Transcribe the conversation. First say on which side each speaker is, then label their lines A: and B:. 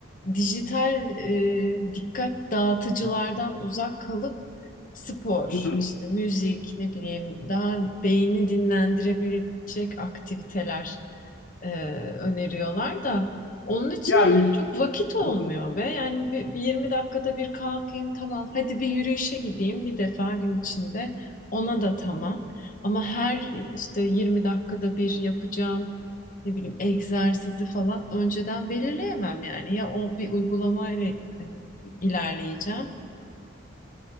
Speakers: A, on the left; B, on the left.
A: dijital e, dikkat dağıtıcılardan uzak kalıp spor,
B: <laughs>
A: işte müzik, ne bileyim daha beyni dinlendirebilecek aktiviteler e, öneriyorlar da onun için
B: Yani
A: de çok vakit olmuyor
B: <laughs>
A: be. Yani bir, 20 dakikada bir kalkayım tamam. Hadi bir yürüyüşe gideyim bir defa gün içinde. Ona da tamam. Ama her işte 20 dakikada bir yapacağım ne bileyim egzersizi falan önceden belirleyemem yani. Ya o bir uygulamayla hani, ilerleyeceğim.